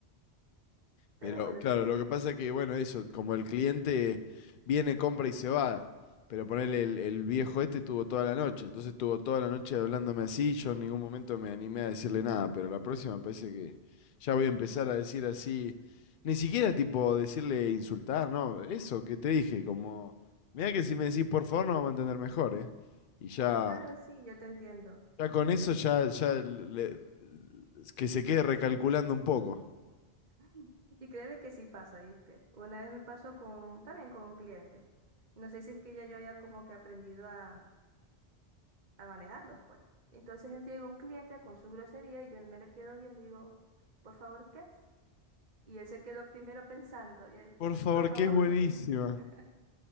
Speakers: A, on the right (about 45°); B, on the left (about 55°).
A: Pero
B: Pero
A: bueno,
B: claro,
A: tristemente,
B: lo que pasa que, bueno, eso, como el cliente viene, compra y se va, pero ponele, el, el viejo este tuvo toda la noche, entonces tuvo toda la noche hablándome así, yo en ningún momento me animé a decirle nada, pero la próxima me parece que ya voy a
A: <laughs>
B: empezar a decir así, ni siquiera tipo decirle insultar, no, eso que te dije, como, mira que si me decís por favor no vamos a entender mejor, ¿eh? Y ya,
A: claro, sí, yo te entiendo.
B: ya con eso ya, ya le- que se quede recalculando un poco.
A: <laughs> Y créeme que sí pasa, ¿viste? Una vez me pasó con, también con un cliente. No sé si es que ya yo había como que aprendido a, a manejarlos, pues. Entonces él llegó un cliente con su grosería y yo me le quedo viendo y digo, por favor, ¿qué es? Y él se quedó primero pensando y él,
B: Por favor,
A: por favor,
B: que es buenísima.
A: me... va-". <laughs>